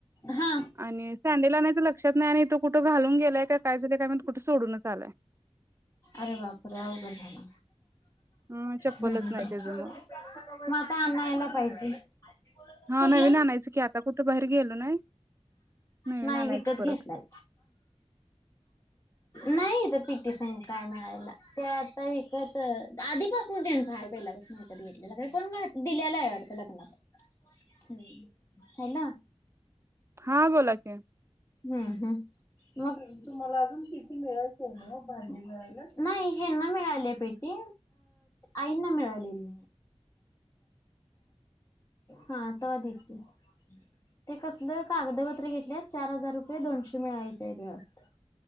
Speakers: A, on the left (about 25°); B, on the right (about 25°).
A: हा
B: आणि सॅंडल आणायच, तर लक्षात नाही आणि तू कुठे घालून गेला, का काय झालं काय माहिती, कुठे सोडूनच आलाय.
A: अरे बापरे, अवघड झाला.
B: अ चप्पलच
A: हुं, हुं, हु
B: नाही त्याचं मग
A: मग आता आणायला पाहिजे.
B: हा
A: कुठला?
B: नवीन आणायचं की, आता कुठे बाहेर गेलो नाही. नवीन
A: नाही
B: आणायचं
A: विकत
B: परत
A: घेतलाय, नाही इथं पीटी संग काय मिळायला. ते आता विकत आधीपासून त्यांचं आहे पहिल्या विकत घेतलेला कोण घातल कोण दिलेला वाटतं लग्नात, हम है ना,
B: हा बोला की,
A: हुं, हु मग तुम्हाला अजून पीटी मिळायचे ना, भांडी न्यायला नाही हेना मिळाले पेटी. आईंना मिळालेली. हा तवा देतील. ते कसलं कागदपत्र घेतले, चार हजार रुपये दोनशे मिळायचेत वाटत.